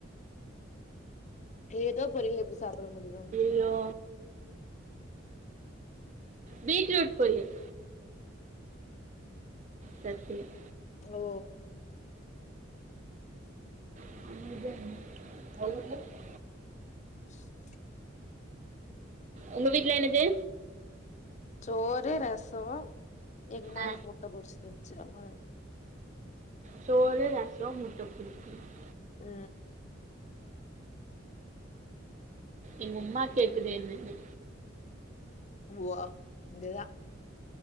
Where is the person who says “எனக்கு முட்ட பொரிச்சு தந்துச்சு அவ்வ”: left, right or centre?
Left